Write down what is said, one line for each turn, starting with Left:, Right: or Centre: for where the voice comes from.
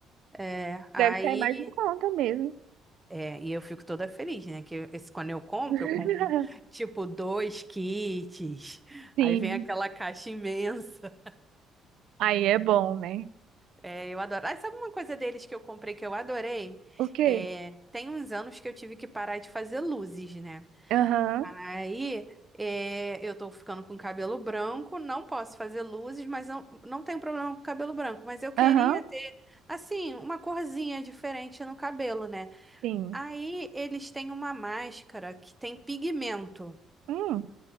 Centre: É, aí,
Right: Deve sair mais em conta mesmo.
Centre: é, e eu fico toda feliz, né? Que esse, quando eu compro,
Right: <laughs>
Centre: eu compro tipo dois kits.
Right: Sim.
Centre: Aí vem aquela caixa imensa.
Right: Aí é bom, né?
Centre: É, eu adoro. Ah, sabe uma coisa deles que eu comprei que eu adorei?
Right: O quê?
Centre: É, tem uns anos que eu tive que parar de fazer luzes, né?
Right: Aham.
Centre: Aí, é, eu tô ficando com cabelo branco, não posso fazer luzes, mas não, não tenho problema com cabelo branco. Mas eu queria
Right: Aham.
Centre: ter, assim, uma corzinha diferente no cabelo, né?
Right: Sim.
Centre: Aí, eles têm uma máscara que tem pigmento.
Right: Hum,